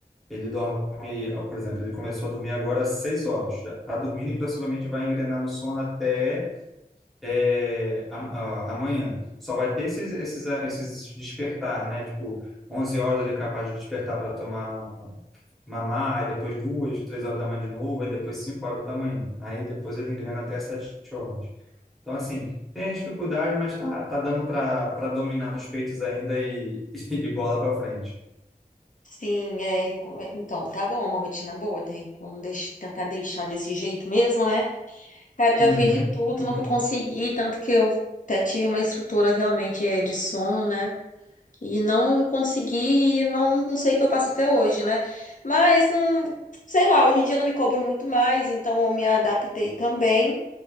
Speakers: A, in the centre; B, on the left (about 55°).
A: ele dorme, ó, por exemplo, ele começou a dormir agora às 6 horas. Já está dormindo e possivelmente vai engrenar no sono até é, a- a- amanhã. Só vai ter esses, esses, ah, esses despertar, né? Tipo, 11 horas ele é capaz de despertar para tomar mamar, aí depois duas, três horas da manhã de novo, aí depois 5 horas da manhã. Aí depois ele engrena até 7 horas. Então, assim, tem a dificuldade, mas tá, tá dando para para dominar os peitos ainda e, <laughs> e, bola para frente.
B: Sim, é. co- é, Então, tá bom, é uma rotina boa, tem como deix- tentar deixar desse jeito mesmo, né? Cara, eu já
A: Uhum,
B: fiz de tudo,
A: uhum,
B: nunca consegui, tanto que eu até tive uma instrutora realmente é, de som, né? E não consegui e não, não sei o que eu faço até hoje, né? Mas não, sei lá, hoje em dia eu não me cobro muito mais, então eu me adaptei também.